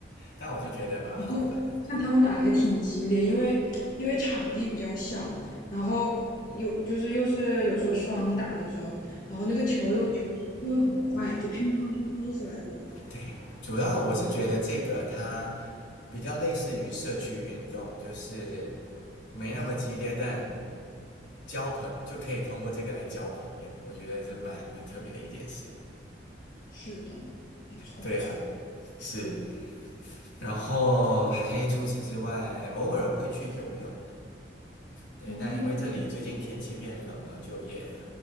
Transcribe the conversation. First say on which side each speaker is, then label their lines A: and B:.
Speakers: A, on the left; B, on the left.
A: 但我就觉得蛮好玩的。
B: 我就看他们打还挺激烈，因为因为场地比较小，然后有就是又是有时候双打的时候，然后那个球又球速又很快，就乒乓乒乓一直来回
A: 对，主要我是觉得这个它比较类似于社区运动，就是没那么激烈，但交朋就可以通过这个来交朋友，我觉得是蛮蛮特别的一件事。
B: 是的，没错。
A: 对啊，是然后还除此之外，偶尔会去游泳，对，
B: 哦
A: 但因为这里最近天气变冷了，就也